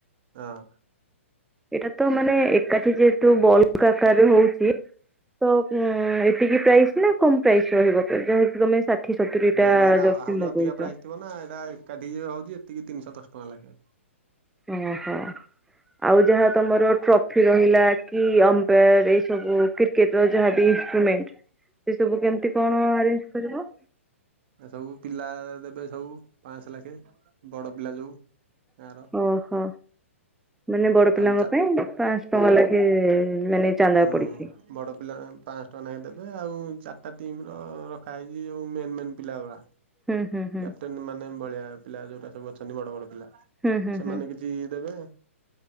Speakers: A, on the right; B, in the centre.
A: ହଁ।
B: ଏଟା ତ ମାନେ ଏକାଠି ଯେହେତୁ <unintelligible> ଆକାରରେ ହୋଉଛି ତ ଉଁ ଏତିକି ପ୍ରାଇସ୍ ନା କମ ପ୍ରାଇସ୍ ରହିବ ଯେହେତୁ ତମେ ଷା ଠିଏ ସତୁରିଟା
A: ନାଇଁ ଏରା
B: ଜର୍ସି
A: ଆହୁରି
B: ମଗୋଉଚ।
A: ଅଧିକା ପ୍ରାଇସ୍ ଥିବ ନା ଏଟା ଏକାଠି <unintelligible> ହୋଉଛି ଏତିକି ତିନିଶହ ଦଶ ଟଙ୍କା ଲାଖେ।
B: ଓହୋ। ଆଉ ଯାହା ତମର ଟ୍ରଫି ରହିଲା କି ଅମ୍ପାୟାର ଏଇ ସବୁ କ୍ରି କେଟ୍ ଯାହାବି ଇନଷ୍ଟ୍ରୁମେଣ୍ଟ ସେ ସବୁ କେମିତି କଣ ଆରେଞ୍ଜ କରିବ।
A: ହେ ସବୁ ପିଲା ଦେବେ ସବୁ ପାଁଆଶ ଲାଖେ ବଡ ପିଲା ଯୋଉ ଗାଁର
B: ଓହୋ ମାନେ ବଡ ପିଲାଙ୍କ
A: ଆଉ ଚା
B: ପାଇଁ ପାଁଶ ଶହ ଲାଖେ ମାନେ ଚାନ୍ଦା
A: ହୁଁ
B: ପଡିଛି।
A: ବଡ ପିଲା ପାଁଆଶ ଟଙ୍କା ନାଖେ ଦେବେ ଆଉ ଚାରଟା ଟିମ ର ରଖା ହେଇଚି ଯୋଉ ମେନ୍ ମେନ୍ ପିଲା ଗୁରା।
B: ହୁଁ ହୁଁ ହୁଁ।
A: <unintelligible> ମାନେ ଭଳିଆ ପିଲା ଯୋଉଟା ସବୁ ଅଛନ୍ତି ବଡ ବଡ ପିଲା
B: ହୁଁ ହୁଁ
A: ସେମାନେ
B: ହୁଁ।
A: କିଛି ଦେବେ।